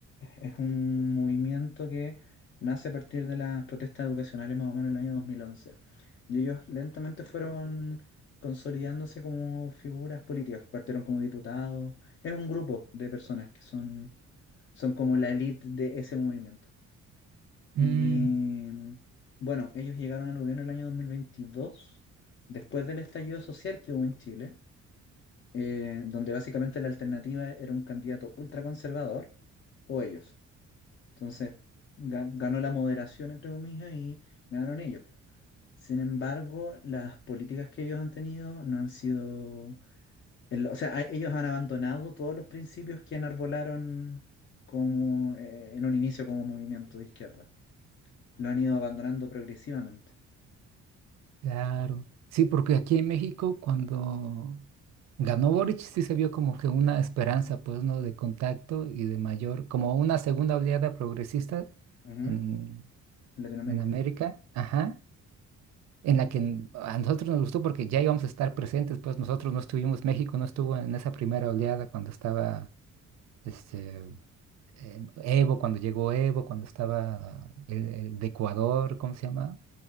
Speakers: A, on the left (about 45°); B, on the right (about 65°).
A: Es un movimiento que nace a partir de las protestas educacionales más o menos en el año 2011. Y ellos lentamente fueron consolidándose como figuras políticas, partieron como diputados. Es un grupo de personas que son, son como la élite de ese movimiento. Y
B: Mm,
A: bueno, ellos llegaron al gobierno el año 2022, después del estallido social que hubo en Chile, eh, donde básicamente la alternativa era un candidato ultraconservador o ellos. Entonces, ga- ganó la moderación, entre comillas, y ganaron ellos. Sin embargo, las políticas que ellos han tenido no han sido... el- O sea, a- ellos han abandonado todos los principios que enarbolaron como, eh, en un inicio como movimiento de izquierda. Lo han ido abandonando progresivamente.
B: claro. Sí, porque aquí en México, cuando ganó Boric, sí se vio como que una esperanza, pues, ¿no? De contacto y de mayor, como una segunda oleada progresista
A: Ujú,
B: en,
A: En Latinoamérica.
B: en América, ajá. en la que a nosotros nos gustó porque ya íbamos a estar presentes, pues nosotros no estuvimos, México no estuvo en esa primera oleada cuando estaba este, eh, Evo, cuando llegó Evo, cuando estaba el, el de Ecuador, ¿cómo se llama?